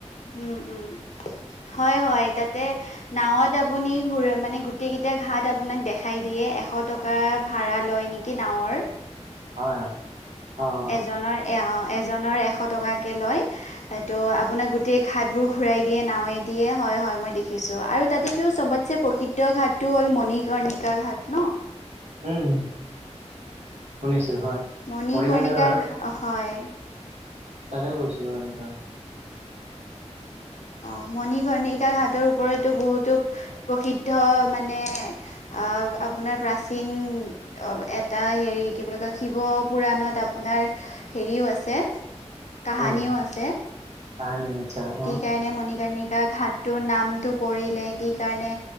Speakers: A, on the left; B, on the right.
A: উম উম, হয় হয় তাতে নাৱত আপুনি ঘূৰি মানে গোটেইকেইটা ঘাট আপোনাক দেখাই দিয়ে এশ টক কা ভাড়া লয় নেকি নাৱৰ?
B: হয়। অ অ
A: এজনৰ
B: অ।
A: এ অ এজনৰ এশ টকাকে লয়। সেইটো আপোনাক গোটেই ঘাটবোৰ ঘুৰাই দিয়ে নাৱে দিয়ে হয় হয় মই দেখিছো আৰু তাতেতো চবত চে প্ৰসিদ্ধ ঘাটটো হ'ল মণিকৰ্ণিকা ঘাট ন?
B: উম শুনিছোঁ হয়।
A: মণি
B: মণিকৰ্ণিকা
A: কৈনিকাক, হয়।
B: তালে গৈছিলো আমি হয়।
A: অ মণি কণিকাক হাটৰ ওপৰতো বহুতো প্ৰসিদ্ধ মানে আহ আপোনাৰ প্ৰাচীন অ এটা হেৰি কি বুলি কয় শিৱ পুৰাণত আপোনাৰ হেৰিও আছে কাহানিও
B: উম
A: আছে।
B: কাহানী <inaudible>
A: কি কাৰণে মণিকাৰ্ণিকা ঘাতটোৰ নামটো পৰিলে, কি কাৰণে